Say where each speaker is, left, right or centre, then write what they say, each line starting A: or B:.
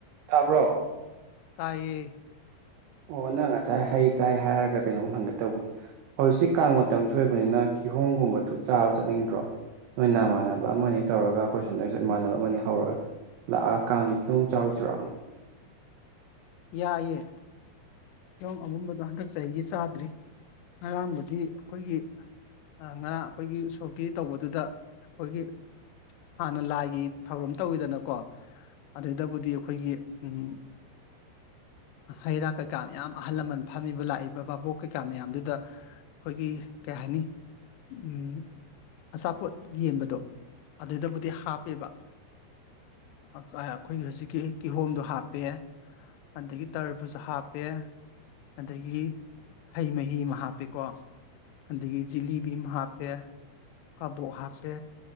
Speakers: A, on the right (about 80°); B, on the left (about 85°).
A: ꯇꯥꯕ꯭ꯔꯣ
B: ꯇꯥꯏꯌꯦ
A: ꯑꯣ ꯅꯪ ꯉꯁꯥꯏ ꯍꯩ ꯆꯥꯏ ꯍꯥꯏꯔꯒ ꯀꯩꯅꯣꯝ ꯍꯪꯒꯦ ꯇꯧꯕꯅꯤ ꯍꯧꯖꯤꯛꯁꯤ ꯀꯥꯡ ꯃꯇꯝꯁꯨ ꯑꯣꯏꯕꯅꯤꯅ ꯀꯤꯍꯣꯝꯒꯨꯝꯕꯗꯨ ꯆꯥꯕ ꯆꯠꯅꯤꯡꯗ꯭ꯔꯣ ꯅꯣꯏ ꯅꯃꯥꯟꯅꯕ ꯑꯃꯅꯤ ꯇꯧꯔꯒ ꯑꯩꯈꯣꯏ ꯁꯣꯝꯗꯩꯁꯨ ꯏꯃꯥꯟꯅꯕ ꯑꯃꯅꯤ ꯍꯧꯔꯒ ꯂꯥꯛꯑ ꯀꯥꯡꯒꯤ ꯀꯤꯍꯣꯝ ꯆꯥꯎꯁꯤꯔꯣ
B: ꯌꯥꯏꯌꯦ ꯀꯤꯍꯣꯝ ꯑꯃꯨꯟꯕꯗꯣ ꯍꯟꯗꯛ ꯆꯍꯤꯒꯤ ꯆꯥꯗ꯭ꯔꯤ ꯉꯔꯥꯡꯕꯨꯗꯤ ꯑꯩꯈꯣꯏꯒꯤ ꯑ ꯉꯔꯥꯡ ꯑꯩꯈꯣꯏꯒꯤ ꯎꯁꯣꯞꯀꯤ ꯇꯧꯕꯗꯨꯗ ꯑꯩꯈꯣꯏꯒꯤ ꯍꯥꯟꯅ ꯂꯥꯏꯒꯤ ꯊꯧꯔꯝ ꯇꯧꯋꯤꯗꯅꯀꯣ ꯑꯗꯨꯗꯕꯨꯗꯤ ꯑꯩꯈꯣꯏꯒꯤ ꯎꯝ ꯍꯩꯔꯥ ꯀꯩ ꯀꯥ ꯃꯌꯥꯝ ꯑꯍꯜ ꯂꯃꯟ ꯐꯝꯃꯤꯕ ꯂꯥꯛꯏꯕ ꯕꯥꯥꯕꯣꯛ ꯀꯩꯀꯥ ꯃꯌꯥꯝꯗꯨꯗ ꯑꯩꯈꯣꯏꯒꯤ ꯀꯩ ꯍꯥꯏꯅꯤ ꯎꯝ ꯑꯆꯥꯄꯣꯠ ꯌꯦꯟꯕꯗꯣ ꯑꯗꯨꯗꯕꯨꯗꯤ ꯍꯥꯞꯄꯦꯕ ꯑꯀꯣꯏ ꯑꯩꯈꯣꯏꯒꯤ ꯍꯧꯖꯤꯛꯀꯤ ꯀꯤꯍꯣꯝꯗꯣ ꯍꯥꯞꯄꯦ ꯑꯗꯒꯤ ꯇꯔꯕꯨꯁ ꯍꯥꯞ ꯄꯦ ꯑꯗꯒꯤ ꯍꯩ ꯃꯍꯤ ꯑꯃ ꯍꯥꯞꯄꯦꯀꯣ ꯑꯗꯒꯤ ꯖꯤꯂꯤꯕꯤ ꯑꯝ ꯍꯥꯞꯄꯦ ꯀꯕꯣꯛ ꯍꯥꯞꯄꯦ